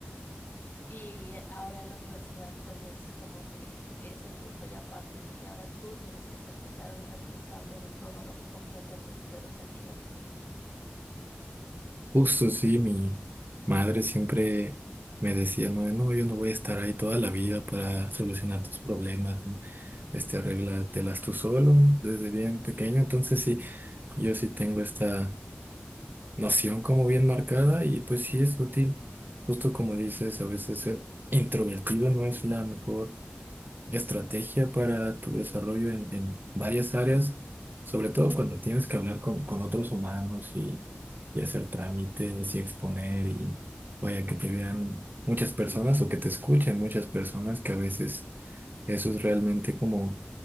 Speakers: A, on the left; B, on the right.
A: Y ahora en la universidad, pues es como que ese punto y aparte de que ahora tú tienes que hacerte cargo y responsable de todo lo que compete a tu vida educativa.
B: Justo, sí, mi madre siempre me decía, no, no, yo no voy a estar ahí toda la vida para solucionar tus problemas, ¿no? Este, arréglatelas tú solo, ¿no? desde bien pequeño, entonces sí, yo sí tengo esta noción como bien marcada y pues sí es útil, justo como dices, a veces ser introvertido no es la mejor estrategia para tu desarrollo en, en varias áreas, sobre todo cuando tienes que hablar con, con otros humanos y, y hacer trámites y exponer y vaya que te vean muchas personas o que te escuchen muchas personas, que a veces eso es realmente como